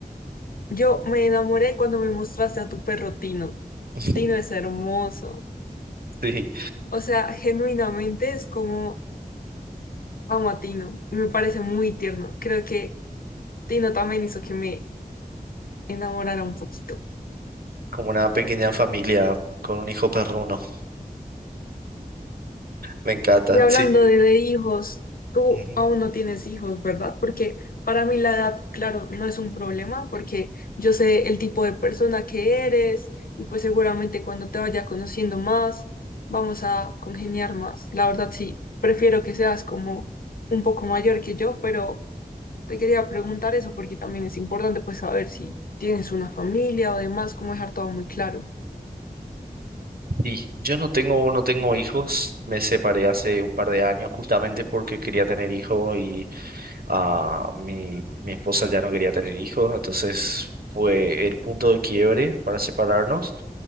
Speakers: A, on the left; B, on the right.
A: yo me enamoré cuando me mostraste a tu perro Tino.
B: <laughs>
A: Tino es hermoso.
B: Sí,
A: O sea, genuinamente es como amo a Tino. y Me parece muy tierno. Creo que Tino también hizo que me enamorara un poquito.
B: como una pequeña familia con un hijo perruno. Me encanta,
A: Y hablando
B: sí.
A: de, de hijos, tú
B: Ujú.
A: aún no tienes hijos, ¿verdad? Porque para mí la edad, claro, no es un problema porque yo sé el tipo de persona que eres y pues seguramente cuando te vaya conociendo más, vamos a congeniar más. La verdad sí, prefiero que seas como un poco mayor que yo, pero te quería preguntar eso porque también es importante pues saber si tienes una familia o demás, cómo dejar todo muy claro.
B: Sí, yo no tengo, no tengo hijos, me separé hace un par de años justamente porque quería tener hijos y Ah, mi, mi esposa ya no quería tener hijos, entonces fue el punto de quiebre para separarnos.